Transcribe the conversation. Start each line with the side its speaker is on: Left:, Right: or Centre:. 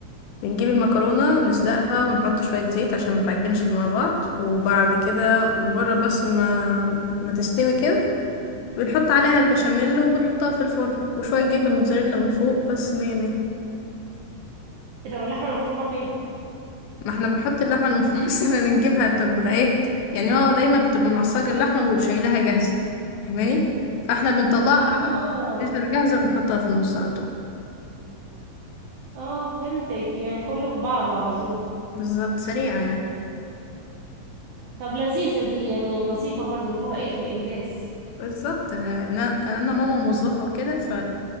Left: بنجيب المكرونة نسلقها ونحط شوية زيت عشان ما تعجنش مع بعض وبعد كده مجرد بس ما ما تستوي كده بنحط عليها البشاميل وبنحطها في الفرن وشوية جبنة موتزاريلا من فوق بس مية مية
Right: ايه ده واللحمة المفرومة فين
Left: ما احنا بنحط اللحمة <laughs> المفرومة بس احنا بنجيبها تبقى ايه يعني هو دايما بتبقى معصجة اللحمة وشايلها جاهزة فاهماني فاحنا بنطلعها
Right: اه
Left: تقدر جاهزة بنحطها في النص على طول
Right: اه فهمتك يعني كله في بعضه على طول
Left: بالظبط سريعة يعني
Right: طب لذيذة دي يعني لطيفة برضو اللي هو ايه في الانجاز
Left: بالظبط انا انا أنا ماما موظفه وكده ف